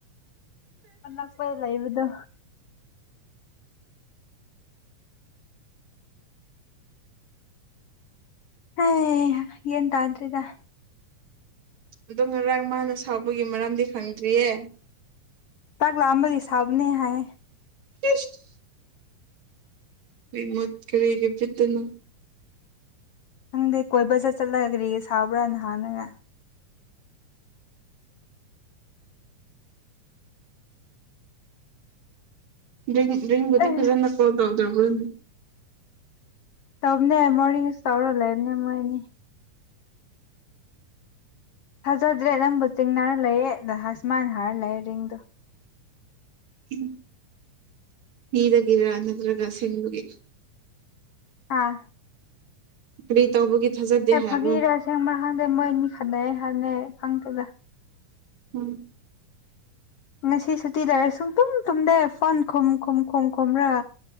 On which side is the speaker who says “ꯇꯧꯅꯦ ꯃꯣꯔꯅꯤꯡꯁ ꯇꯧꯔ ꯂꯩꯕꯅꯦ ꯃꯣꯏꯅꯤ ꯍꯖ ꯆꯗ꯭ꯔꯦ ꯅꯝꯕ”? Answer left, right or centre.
Left